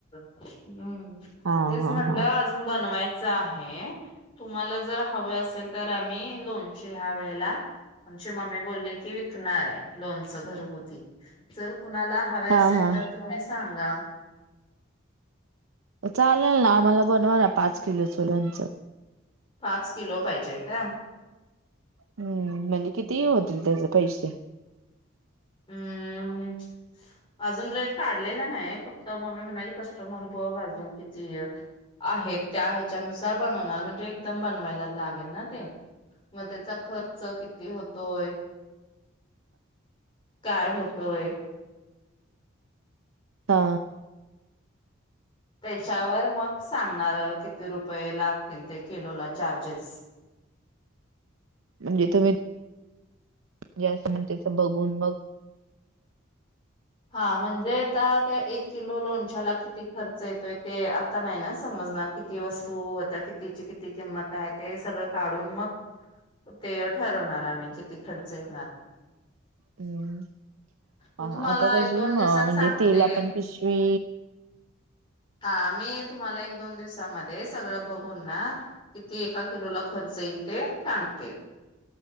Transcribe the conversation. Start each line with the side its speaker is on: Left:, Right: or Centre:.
Left: <inaudible> हूं
Right: हा
Left: तेच
Right: हा
Left: म्हंटलं
Right: हा
Left: अजून बनवाय चाहे तुम्हाला जर हवे असेल तर त आम्ही लोणची हयावेळेला ची मम्मी बोलली की विकणारये लोणचं घरगुती जर कुणाला हवे असेल
Right: हा हा
Left: क तुम्ही सांग का
Right: म चालेल ना आम्हाला बनवा ना पाच किलोचं लोणचं
Left: पाच किलो पाहिजे काय?
Right: हूं म्हणजे कित ती होतील त्याज पैसे
Left: हम्म. अजून रेट काढलेला नाये फक्त मम्मी म्हणाली कस्टमर बघ अजून किती आहेत त्या ह्याच्यानुसार बनवणार म्हणजे एकदम बनवायला लागेल ना ते मग त्याचा खर्च किती होतोय काय होतोय
Right: ता
Left: त्याच्यावर मग सांगणार अ किती रुपये लागतील ते किलोला चार्जेस
Right: म्हणजे तुम्ही जे असं म्हणतेच बघून मग
Left: हा म्हणजे त्यात त्या एक किलो लोणच्याला किती खर्च येतोय ते आत्ता नाही ना समजणार? किती वस्तू आता कित तिची किती किंमत आहे ते सगळं काढून मग ते ठरवणार आम्ही कित ती खर्च येणार
Right: हम्म <unintelligible> <unintelligible>
Left: मी तुम्हाला एक दोन दिवसात
Right: म्हणजे
Left: सांगते.
Right: तिला पण पिशवी
Left: हा मी तुम्हाला एक दोन दिवसामध्ये सगळं बघून ना, किती एका किलोला खर्च येईल ते सांगते.